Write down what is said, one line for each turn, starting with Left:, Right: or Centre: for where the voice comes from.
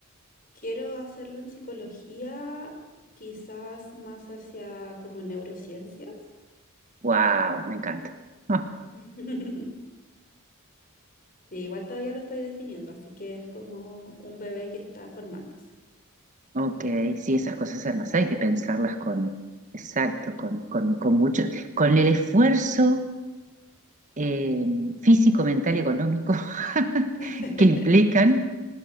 Left: quiero hacerlo en psicología, quizás más hacia como neurociencias.
Right: Wow, me encanta. Ah,
Left: <laughs> Sí, igual todavía lo estoy definiendo, así que es como un bebé que está formándose.
Right: ok, sí, esas cosas además hay que pensarlas con, exacto, con, con, con mucho, con el esfuerzo eh, físico, mental y económico <laughs>
Left: <laughs>
Right: que implican,